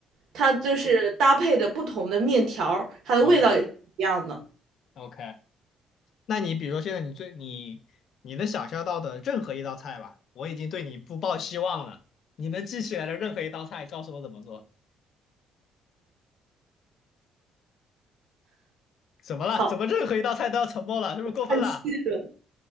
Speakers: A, on the right (about 70°); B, on the left (about 65°).
A: 它就是搭配着不同的面条儿它的味道也是不一样的。
B: ，OK OK。那你比如说现在你最你你能想象到的任何一道菜吧，我已经对你不抱希望了。你能记起来的任何一道菜，告诉我怎么做？怎么了？
A: 好，
B: 怎么任何一道菜都要沉默了？是不是过分了？
A: 看气了，